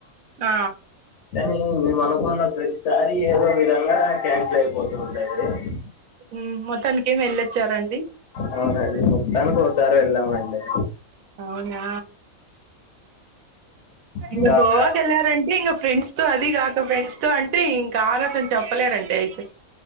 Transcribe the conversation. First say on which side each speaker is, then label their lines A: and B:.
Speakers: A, on the right; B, on the left.
A: ఆ
B: కానీ మేము అనుకున్న ప్రతిసారి ఏదో విధంగా క్యాన్సిల్ అయిపోతుం <unintelligible>
A: ఉ మొత్తానికి ఏం వెళ్ళొచ్చారండి
B: అవున మొత్తాను కోసారి వెళ్లామండి
A: అవునా ఇక
B: ఇంకా
A: గోవాకి
B: అక్కడ
A: వెళ్లారంటే ఇంగ ఫ్రెండ్స్ తో అది కాక ఫ్రెండ్స్ తో అంటే ఇంకా ఆగదు అని చెప్పలేరండి అయితే